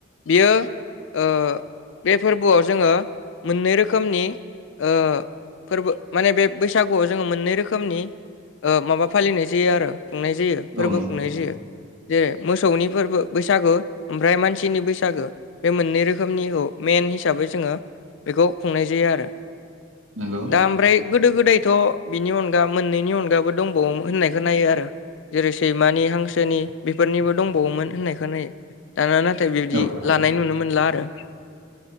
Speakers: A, on the left; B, on the right.
A: बियो ओ बे फोरबोआव जोङो मोननै रोखोमनि ओ फोरबो माने बे बैसागुआव जोङो मोननै रोख रोखोमनि ओ माबा फालिनाय जायो आरो खुंनाय जायो फोरबो
B: औ नंगौ
A: खुंनाय जायो। जेरै मोसौनि फोरबो बैसागु ओमफ्राय मानसिनि बैसागो। बे मोननै रोखोमनिखौ मेन हिसाबै जोङो बेखौ खुंनाय जायो आरो।
B: नंगौ
A: दा ओमफ्राय गोदो गोदायथ' बिनि अन <unintelligible> मोननैनि अनगाबो दंबावोमोन होननायखौ नायो आरो। जेरै सैमानि हांसोनि बेफोरनिबो दंबावोमोन होननाय खोननायो। दाना नाथाय बिबदि
B: औ औ
A: लानाय नुनो मोनला आरो